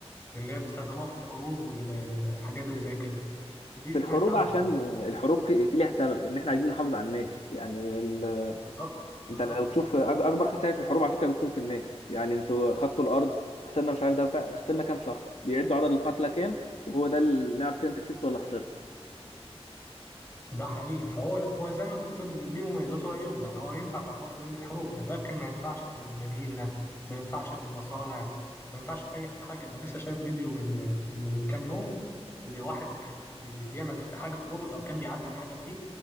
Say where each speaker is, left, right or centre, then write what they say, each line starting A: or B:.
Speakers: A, on the left (about 20°); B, on the left (about 75°).
A: اللي هي بيستخدموها في الحروب والحاجات اللي زي كده دي
B: في
A: سمعت
B: الحروب
A: عنها
B: عشان
A: اه
B: الحروب في في ليها سبب ان احنا عايزين نحافظ على الناس يعني ال...
A: بالظبط
B: انت
A: بالظبط
B: لو تشوف أج- اكبر خسائر في الحروب على فكره بتكون في الناس يعني انتوا خدتوا الارض خسرنا مش عارف ده بتاع خسرنا كام شخص بيعدوا عدد القتلى كام وهو ده اللي نعرف كده انت كسبت ولا خسرت
A: ده حقيقي فهو هو زي ما انت بتقول ليه مميزاته وعيوبه يعني هو ينفع في حوار زي الحروب ده لكن ما ينفعش في المدينة ما ينفعش في المصانع ما ينفعش في أي حاجة أنا لسه شايف فيديو من من كام يوم لواحد كان بي- بيعمل حاجة في الروبوت أو كان بيعدل حاجة فيه